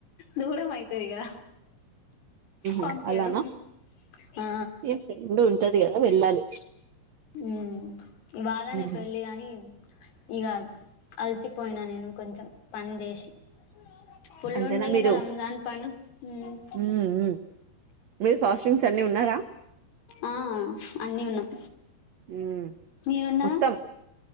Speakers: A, on the left; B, on the right.
A: దూరం అయితది కదా
B: ఉహు
A: పంపియ్యరు
B: అలానా
A: ఆ
B: ఏ ఫ్రెండ్ ఉంటది కదా వెళ్ళాలి
A: ఉ ఇవాళనే
B: ఉమ్
A: పెళ్ళి గాని ఇగా అలసిపోయిన నేను కొంచెం పని చేసి ఫుల్లు
B: అంతేనా
A: ఉండే కదా
B: మీరు
A: రంజాన్ పను ఉ
B: ఉమ్ ఉమ్ మీరు ఫాస్ట్ంగ్స్ అన్ని ఉన్నారా
A: ఆ అన్నీ ఉన్నాం
B: ఉమ్
A: మీరున్నారా
B: మోత్తం